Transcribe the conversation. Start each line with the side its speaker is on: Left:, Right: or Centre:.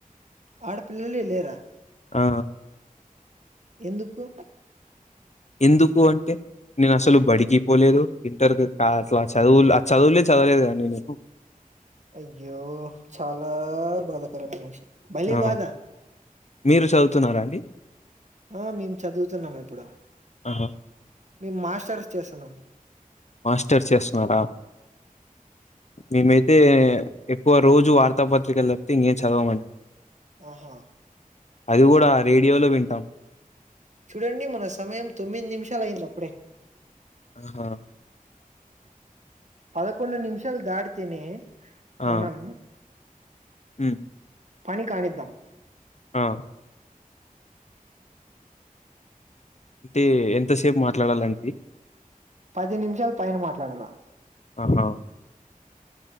Right: ఆడపిల్లలే లేరా
Left: ఆ
Right: ఎందుకు
Left: ఎందుకు అంటే నేను అసలు బడికి పోలేదు ఇంటర్కి కా అట్లా చదువు ఆ చదువులే చదవలేదు కానీ నేను
Right: అయ్యో చాలా బాధాకరమైన విషయం భలే
Left: ఆ
Right: బాధ
Left: మీరు చదువుతున్నారా అండి
Right: ఆ మేము చదువుతున్నాం ఇప్పుడు
Left: ఆహా
Right: మీ మాస్ట్ చేస్తున్నా
Left: మాస్టర్స్ చేస్తున్నారా మేమైతే ఎక్కువ రోజు వార్తాపత్రికలు తప్పితే ఇంకేం చదవమండి
Right: ఆహా
Left: అది కూడా రేడియోలో వింటాం
Right: చూడండి మన సమయం తొమ్మిది నిమిషాలు అయిందప్పుడే
Left: ఆహా
Right: పదకొండు నిమిషాలు దాటితేనే
Left: ఆ!
Right: మనం
Left: హ్మ్.
Right: పని కాణిద్దాం
Left: ఆ అంటే ఎంతసేపు మాట్లాడాలండి?
Right: పది నిమిషాలు పైన మాట్లాడాలా
Left: ఆహా!